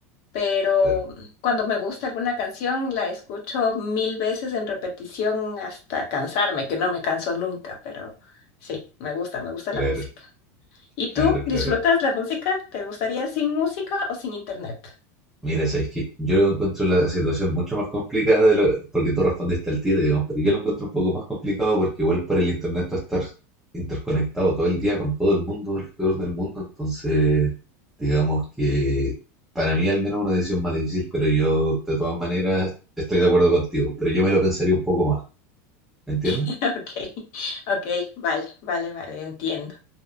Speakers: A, on the left; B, in the centre.
A: pero
B: Claro,
A: cuando me gusta alguna canción la escucho mil veces en repetición hasta cansarme, que no me canso nunca, pero sí, me gusta, me gusta
B: claro,
A: la música. ¿Y
B: claro,
A: tú
B: claro,
A: disfrutas la música? ¿Te gustaría sin música o sin internet?
B: Mira, sabes que yo encuentro la situación mucho más complicada de lo, porque tú respondiste al tiro, digamos, pero yo lo encuentro un poco más complicado porque igual por el internet tú estar interconectado todo el día con todo el mundo alrededor del mundo, entonces digamos que para mí al menos una decisión más difícil, pero yo de todas maneras estoy de acuerdo contigo, pero yo me lo pensaría un poco más, ¿me entiendes?
A: <laughs> Ok, ok, vale, vale, vale, entiendo.